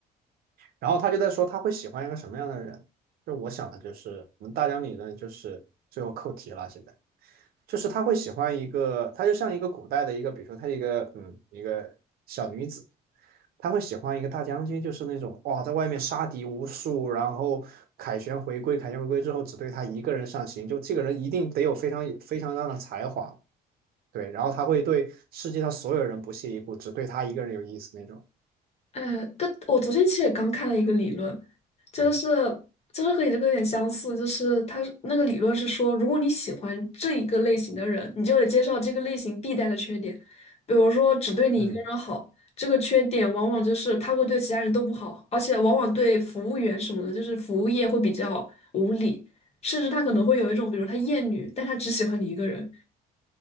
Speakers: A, on the right (about 65°); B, on the left (about 40°).
A: 然后他就在说他会喜欢一个什么样的人。就我想的就是，我们大疆理论就是最后扣题了。现在就是他会喜欢一个，他就像一个古代的一个，比如说他一个嗯一个小女子，他会喜欢一个大将军，就是那种哇在外面杀敌无数，然后凯旋回归，凯旋回归之后只对他一个人上行，就这个人一定得有非常非常大的才华，对，然后他会对世界上所有人不屑一顾，只对他一个人有意思那种。
B: 哎，但我昨天其实也刚看了一个理论，就是
A: 嗯
B: 就是和你这个有点相似，就是他那个理论是说，如果你喜欢这一个类型的人，你就得接受这个类型必带的缺点，比如说只对你一个人好，
A: 嗯，
B: 这个缺点往往就是他会对其他人都不好，而且往往对服务员什么的，就是服务业会比较无理，甚至他可能会有一种，比如他厌女，但他只喜欢你一个人。